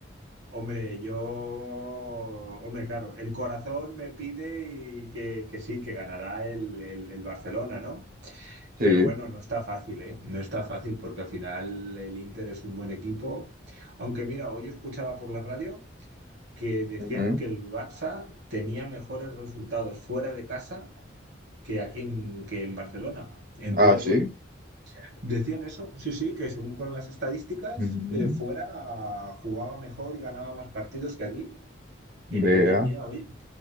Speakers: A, on the right (about 65°); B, on the right (about 50°).
A: Hombre, yo, hombre, claro, el corazón me pide y que, que sí, que ganará el, el- el Barcelona, ¿no?
B: Sí.
A: Pero bueno, no está fácil, ¿eh? No está fácil porque al final el Inter es un buen equipo. Aunque mira, hoy escuchaba por la radio. que decían
B: Ujú.
A: que el Barça tenía mejores resultados fuera de casa que aquí en, que en Barcelona. Entonces,
B: Ah, sí.
A: bueno, decían eso, sí, sí, que según con las estadísticas,
B: Ujú.
A: eh, fuera jugaba mejor y ganaba más partidos que aquí. Entonces,
B: Vea.
A: mira, oye,